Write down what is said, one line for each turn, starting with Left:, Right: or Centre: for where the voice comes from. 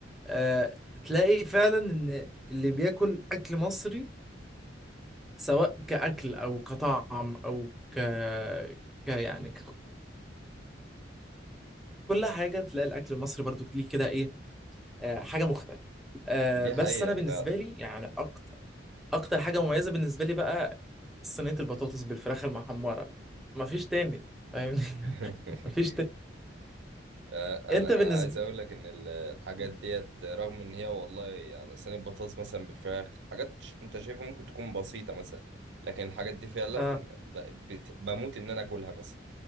Centre: آه، تلاقي فعلا ان اللي بياكل اكل مصري سواء كاكل او كطعم او ك... ك يعني ك... كل حاجه تلاقي الاكل المصري برضو ليه كده ايه آه، حاجه مختلفه آه،
Right: دي
Centre: بس
Right: حقيقه
Centre: انا بالنسبه
Right: فعلا
Centre: لي يعني اكتر اكتر حاجه مميزه بالنسبه لي بقى صينيه البطاطس بالفراخ المحمره مفيش تاني فاهمني <laughs>
Right: <laughs>
Centre: مفيش تاني
Right: آه،
Centre: انت
Right: انا
Centre: بالنسبه
Right: انا عايز اقول لك ان ال- الحاجات
Centre: لك
Right: ديت رغم ان هي والله يعني صينيه بطاطس مثلا بالفراخ حاجات ش- انت شايفها ممكن تكون بسيطه مثلا لكن الحاجات دي فعلا
Centre: اه
Right: ب- بت- بموت ان انا اكلها مثلا